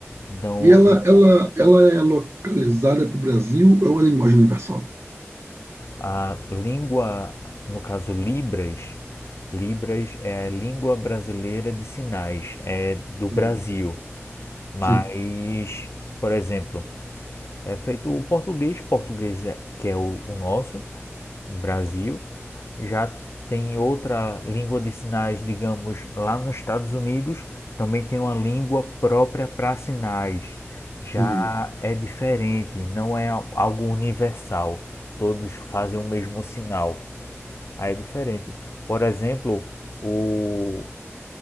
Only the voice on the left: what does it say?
Então,
e
a língua, no caso Libras, Libras é a língua brasileira de sinais, é do Brasil.
Mas,
por exemplo, é feito o português, português é, que é o, o nosso, no Brasil, já tem outra língua de sinais, digamos, lá nos Estados Unidos, também tem uma língua própria para sinais. Já
é diferente, não é algo universal. Todos fazem o mesmo sinal. Aí é diferente. Por exemplo, o